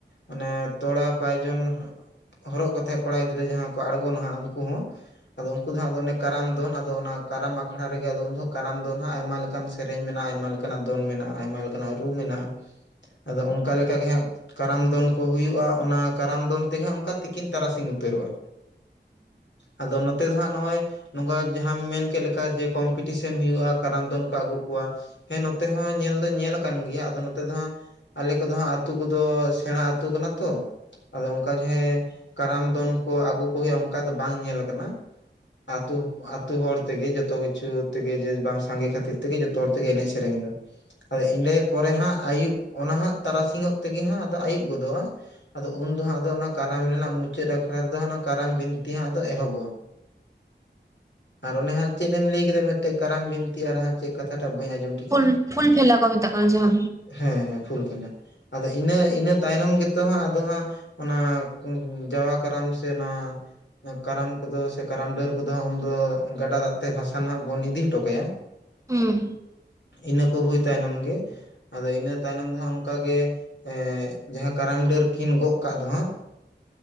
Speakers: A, on the left (about 75°); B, on the right (about 15°).
A: ᱚᱱᱮ ᱛᱚᱲᱟ ᱯᱟᱭᱡᱚᱱ᱾ ᱦᱚᱨᱚᱜ ᱠᱟᱛᱮᱜ ᱠᱚᱲᱟ ᱜᱤᱫᱽᱨᱟᱹ ᱡᱟᱦᱟᱸ ᱠᱚ ᱟᱬᱜᱚᱱᱟ, ᱱᱟᱦᱟᱜ ᱩᱱᱠᱩ ᱦᱚᱸ ᱟᱫᱚ ᱩᱱᱠᱩ ᱫᱚ ᱦᱟᱸᱜ ᱟᱫᱚ ᱚᱱᱮ᱾ ᱠᱟᱨᱟᱢ ᱫᱚᱱ ᱟᱫᱚ ᱚᱱᱟ ᱠᱟᱨᱟᱢ ᱟᱠᱷᱲᱟ ᱨᱮᱜᱮ ᱟᱫᱚ ᱩᱱ ᱫᱚ ᱠᱟᱨᱟᱢ ᱫᱚᱱ ᱦᱟᱸᱜ ᱟᱭᱢᱟ ᱞᱮᱠᱟᱱ ᱥᱮᱨᱮᱧ ᱢᱮᱱᱟᱜᱼᱟ, ᱟᱭᱢᱟ ᱞᱮᱠᱟ ᱞᱮᱠᱟᱱᱟᱜ ᱫᱚᱱ ᱢᱮᱱᱟᱜᱼᱟ, ᱟᱭᱢᱟ ᱞᱮᱠᱟᱱᱟᱜ ᱨᱩ ᱢᱮᱱᱟᱜᱼᱟ, ᱟᱫᱚ ᱚᱱᱠᱟ ᱞᱮᱠᱟ ᱜᱮ ᱦᱟᱸᱜ᱾ ᱠᱟᱨᱟᱢ ᱫᱚᱱ ᱠᱚ ᱦᱩᱭᱩᱜᱼᱟ᱾ ᱚᱱᱟ ᱠᱟᱨᱟᱢ ᱫᱚᱱ ᱛᱮᱜᱮ ᱦᱟᱸᱜ ᱚᱱᱠᱟ ᱛᱤᱠᱤᱱ ᱛᱟᱨᱟᱥᱤᱧ ᱩᱛᱟᱹᱨᱚᱜᱼᱟ᱾ ᱟᱫᱚ ᱱᱚᱛᱮ ᱫᱚ ᱦᱟᱸᱜ ᱱᱚᱜᱼᱚᱭ ᱱᱚᱝᱠᱟ ᱡᱟᱦᱟᱸᱢ ᱢᱮᱱ ᱠᱮᱫ ᱞᱮᱠᱟ ᱡᱮ ᱠᱚᱢᱯᱤᱴᱤᱥᱮᱱ ᱦᱩᱭᱩᱜᱼᱟ ᱠᱟᱨᱟᱢ ᱫᱚᱱ ᱠᱚ ᱟᱹᱜᱩ ᱠᱚᱣᱟ᱾ ᱦᱮᱸ ᱱᱚᱛᱮ ᱦᱚᱸ ᱧᱮᱞ ᱫᱚ ᱧᱮᱞ ᱟᱠᱟᱱ ᱜᱮᱭᱟ, ᱟᱫᱚ ᱱᱚᱛᱮ ᱫᱚ ᱦᱟᱸᱜ᱾ ᱟᱞᱮ ᱠᱚᱫᱚ ᱦᱟᱸᱜ ᱟᱛᱩ ᱠᱚᱫᱚ ᱥᱮᱬᱟ ᱟᱹᱛᱩ ᱠᱟᱱᱟ ᱛᱚ᱾ ᱟᱫᱚ ᱚᱱᱠᱟ ᱜᱮ ᱠᱟᱨᱟᱢ ᱫᱚᱱ ᱠᱚ ᱟᱹᱜᱩ ᱠᱚ ᱦᱩᱭᱩᱜᱼᱟ᱾ ᱚᱱᱠᱟ ᱫᱚ ᱵᱟᱝ ᱧᱮᱞ ᱠᱟᱱᱟ᱾ ᱛᱚ ᱟᱛᱳ ᱦᱚᱲ ᱛᱮᱜᱮ ᱡᱚᱛᱚ ᱠᱤᱪᱷᱩ ᱛᱮᱜᱮ ᱡᱮ ᱵᱟᱝ ᱥᱟᱸᱜᱮ ᱠᱷᱟᱹᱛᱤᱨ ᱛᱮᱜᱮ ᱡᱚᱛᱚ ᱦᱚᱲ ᱛᱮᱜᱮ ᱮᱱᱮᱡ ᱥᱮᱨᱮᱧ ᱫᱚ᱾ ᱟᱫᱚ ᱤᱸᱰᱟᱹ ᱯᱚᱨᱮ ᱦᱟᱸᱜ ᱟᱹᱭᱩᱵ ᱚᱱᱟ ᱦᱟᱸᱜ ᱛᱟᱨᱟᱥᱤᱧᱚᱜ ᱛᱮᱜᱮ ᱦᱟᱸᱜ ᱟᱫᱚ ᱟᱹᱭᱩᱵ ᱜᱚᱫᱚᱜᱼᱟ᱾ ᱟᱫᱚ ᱩᱱ ᱫᱚ ᱦᱟᱸᱜ ᱟᱫᱚ ᱚᱱᱟ ᱠᱟᱨᱟᱢ ᱨᱮᱱᱟᱜ ᱢᱩᱪᱟᱹᱫ ᱟᱠᱷᱲᱟ ᱨᱮ ᱫᱚ ᱚᱱᱟ ᱠᱟᱨᱟᱢ ᱵᱤᱱᱛᱤ ᱦᱟᱸᱜ ᱫᱚ ᱮᱦᱚᱵᱚᱜᱼᱟ᱾ ᱟᱨ ᱚᱱᱮ ᱦᱟᱸᱜ ᱪᱮᱫ ᱮᱢ ᱞᱟᱹᱭ ᱠᱮᱫᱟ ᱢᱤᱫᱴᱮᱡ ᱠᱟᱨᱟᱢ ᱵᱤᱱᱛᱤ ᱟᱨ ᱦᱟᱸᱜ ᱪᱮᱫ ᱠᱟᱛᱷᱟᱴᱟᱜ ᱵᱟᱹᱧ ᱟᱸᱡᱚᱢ ᱠᱮᱫᱟ᱾
B: ᱯᱷᱩᱞ ᱯᱷᱩᱞ ᱯᱷᱮᱞᱟ ᱠᱚ ᱢᱮᱛᱟᱜ ᱠᱟᱱᱟ ᱡᱟᱦᱟ᱾
A: ᱦᱮᱸ ᱦᱮᱸ ᱯᱷᱩᱞ ᱯᱷᱮᱞᱟ ᱟᱫᱚ ᱤᱱᱟᱹ ᱤᱱᱟᱹ ᱛᱟᱭᱱᱚᱢ ᱜᱮᱛᱚ ᱦᱟᱸᱜ ᱟᱫᱚ ᱦᱟᱸᱜ ᱚᱱᱟ ᱡᱟᱣᱟ ᱠᱟᱨᱟᱢ ᱥᱮ ᱚᱱᱟ ᱠᱟᱨᱟᱢ ᱠᱚᱫᱚ ᱥᱮ ᱠᱟᱨᱟᱢ ᱰᱟᱹᱨ᱾ ᱩᱱᱠᱩ ᱫᱚ ᱦᱟᱸᱜ ᱩᱱᱫᱚ ᱜᱟᱰᱟ ᱫᱟᱜ ᱛᱮ ᱵᱷᱟᱥᱟᱱ ᱦᱟᱸᱜ ᱵᱚᱱ ᱤᱫᱤ ᱦᱚᱴᱚ ᱠᱟᱭᱟ᱾
B: ᱦᱩᱸ
A: ᱤᱱᱟᱹ ᱠᱚ ᱦᱩᱭ ᱛᱟᱭᱱᱚᱢ ᱜᱮ᱾ ᱟᱫᱚ ᱤᱱᱟᱹ ᱛᱟᱭᱱᱚᱢ ᱫᱚ ᱦᱟᱜ ᱚᱱᱠᱟᱜᱮ ᱮᱜ ᱡᱟᱦᱟᱸ ᱠᱟᱨᱟᱢ ᱰᱟᱹᱨ ᱠᱤᱱ ᱜᱚᱜ ᱠᱟᱜ ᱫᱚ ᱦᱟᱸᱜ᱾